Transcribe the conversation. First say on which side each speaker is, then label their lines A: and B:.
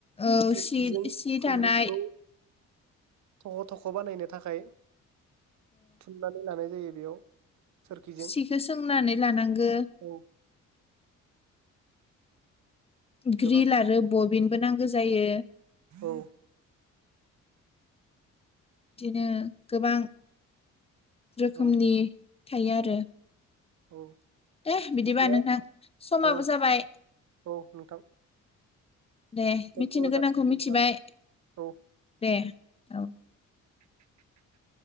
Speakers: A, on the left; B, on the right.
A: औ
B: सोरखिजों
A: सि सि
B: खुन्दुंखौ
A: दानाय
B: थख' थख' बानायनो थाखाय थुननानै लानाय जायो बेयाव सोरखिजों
A: सिखो सोंनानै लानांगो
B: औ गोबां
A: ग्रिल आरो बबिनबो नांगो जायो
B: औ
A: बिदिनो गोबां रोखोमनि
B: औ
A: थायो आरो
B: औ
A: दे बिदिबा
B: बिदिया
A: नोंथां समाबो
B: औ
A: जाबाय
B: औ नोंथां
A: दे
B: दोनथ'
A: मिथिनो गोनांखौ
B: जासिगोन
A: मिथिबाय
B: नोंथां औ
A: दे औ
B: <unintelligible>